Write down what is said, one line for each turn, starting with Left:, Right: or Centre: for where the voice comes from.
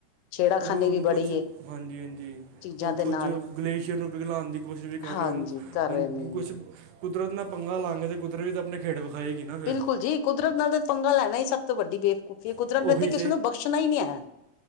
Left: ਛੇੜਾਖਾਨੀ
Right: ਓ ਓਨੂੰ
Left: ਵੀ ਬੜੀ
Right: ਕੁਛ,
Left: ਹੈ
Right: ਹਾਂਜੀ-ਹਾਂਜੀ,
Left: ਚੀਜ਼ਾਂ
Right: ਓ
Left: ਦੇ
Right: ਕੁੱਝ
Left: ਨਾਲ
Right: ਗਲੇਸ਼ੀਅਰ ਨੂੰ ਪਿਘਲਾਣ ਦੀ ਕੋਸ਼ਿਸ਼ ਵੀ ਕਰ
Left: ਹਾਂਜੀ
Right: ਰਹੇ ਹਨ,
Left: ਕਰ
Right: ਹੁਣ
Left: ਰਹੇ ਨੇ
Right: ਕੁਛ ਕੁਦਰਤ ਨਾ ਪੰਗਾ ਲਾਂਗੇ, ਤੇ ਕੁਦਰਤ ਵੀ ਤਾਂ ਆਪਣੀ ਖੇਡ ਵਿਖਾਏਗੀ ਨਾ। ਫਿਰ
Left: ਬਿਲਕੁਲ ਜੀ, ਕੁਦਰਤ ਨਾਲ ਤਾਂ ਪੰਗਾ ਲੈਣਾ ਹੀ, ਸਭ ਤੋਂ ਵੱਡੀ ਬੇਵਕੂਫੀ ਹੈ, ਕੁਦਰਤ
Right: ਉਹੀ
Left: ਨੇ ਤੇ ਕਿਸੇ ਨੂੰ ਬਖਸ਼ਣਾ ਹੀ ਨੀ ਹੈ।